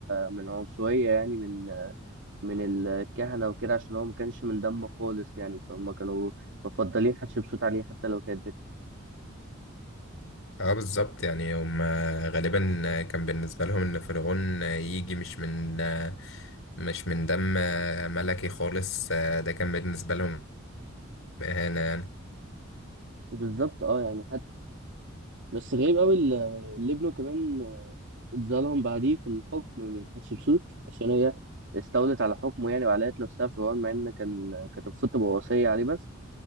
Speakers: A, on the right (about 65°); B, on the left (about 70°).
A: من عنصريه يعني من من الكهنه وكده عشان هو ما كانش من دمه خالص يعني فهم كانوا مفضلين حتشبسوت عليه حتى لو كانت بت...
B: اه بالظبط يعني هم غالبا كان بالنسبة لهم ان فرعون يجي مش من مش من دم ملكي خالص ده كان بالنسبة لهم إهانة يعني
A: بالظبط اه يعني بس غريب قوي ال- اللي ابنه كمان آه، اتظلم بعديه في الحكم من حتشبسوت عشان هي استولت على حكمه يعني وعلقت نفسها في العون مع ان كان كانت المفروض تبقى وصية عليه بس